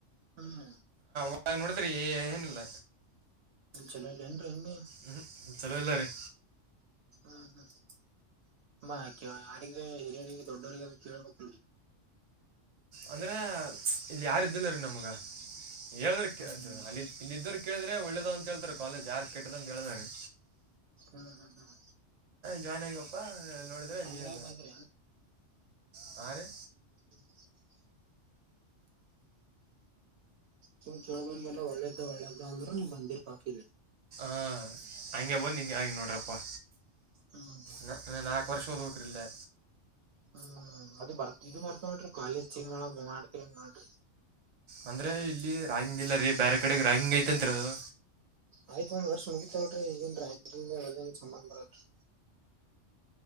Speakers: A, on the right (about 65°); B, on the right (about 40°).
A: ಹ್ಮ್
B: ಆಗ್ ನೋಡಿದ್ರಿ ಏನಿಲ್ಲ
A: ಇಲ್ಲಿ ಚಲೋ ಇಲ್ಲ ಏನ್ರ ಹೆಂಗೆ
B: ಹ್ಮ್, ಚಲೋ ಇಲ್ಲ ರೀ
A: <inaudible> <unintelligible> ಹಿರಿಯರಿಗೆ ದೊಡ್ಡರಿಗೆ ಕೇಳಬೇಕ
B: ಅಂದ್ರೆ ಇಲ್ಲಿ ಯಾರ ಇದ್ದಿಲ್ಲರಿ ನಮ್ಗ. ಹೇಳದ್ರ ಕೇಳ್ತಾ
A: ಹ್ಮ್
B: ಅಲ್ಲಿ ಇದ್ದರ. ಕೇಳಿದ್ರೆ ಒಳ್ಳದು ಆದ ಅಂತ ಹಳ್ತಾರೆ ಕಾಲೇಜ್ ಯಾರ್ ಕೆಟ್ಟದ ಅಂತ ಹೇಳಲ್ಲ ರಿ
A: ಹ್ಮ್ ಹ್ಮ್ ಹ್ಮ್
B: ಜಾಯ್ನ್ ಆಗಪ್ಪಾ ನೋಡಿದ್ರೆ ಇದ
A: ಹಂಗಾಗಿ ಬಂದ್ರಿ
B: ಹ್ಹಾ ರೀ.
A: <inaudible> ನೀ ಕೇಳೋರಿಗೆಲ್ಲ ಒಳ್ಳೇದ ಒಳ್ಳೇದ್ ಆದ ಅಂದ್ರು ನೀವ್ ಮಂದಿ ಮತ್ ಕೇಳಿರಿ.
B: ಹಾ ಹಂಗೆ ಬಂದು ಹಿಂಗೆ ಆಗಿನೀ ನೋಡ್ರಪ್ಪಾ.
A: ಹ್ಮ್
B: ನ ನ ನಾಲ್ಕು ವರ್ಷ ಓದ್ಬೇಕ್ರಿ ಇಲ್ಲೇ.
A: ಹ್ಮ್ ಅದ ಬರ್ ಇದು ಬರ್ತ ನೋಡ್ರಿ ಕಾಲೇಜ್ ಚೇಂಜ್ ಮಾಡ್ತಿದ್ರೆ ಮಾಡ್ರಿ.
B: ಅಂದ್ರರೆ ಇಲ್ಲಿ ರಾಗಿಂಗ್ ಇಲ್ಲ ರೀ ಬೇರೆ ಕಡೆಗೆ ರಾಗಿಂಗ್ ಐತೆಂತರಿ ಅದು.
A: ಆಯ್ತು ಒಂದ್ ವರ್ಷ ಮುಗಿತಲ್ರಿ ಈಗೇನ್ ರಾಂಗಿಂಗ್ ಅದು ಏನ್ ಸಂಬಂಧ ಪಡಲ್ಲರಿ.